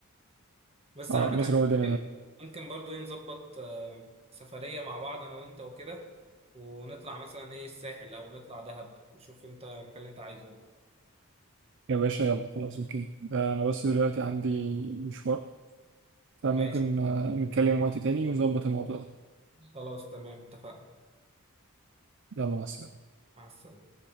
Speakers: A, on the right; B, on the right.
A: بس
B: اه
A: على
B: مصر
A: فكرة
B: هو ده
A: ممكن ممكن برضو ايه نظبط آه، سفرية مع بعض انا وانت وكده ونطلع مثلا ايه الساحل او نطلع دهب نشوف انت المكان اللي انت عايزه يعني
B: يا باشا يلا خلاص اوكي آه، انا بس دلوقتي عندي مشوار فممكن
A: ماشي
B: آه، نتكلم وقت تاني ونظبط الموضوع ده
A: خلاص تمام اتفقنا
B: يلا مع السلامة
A: مع السلامة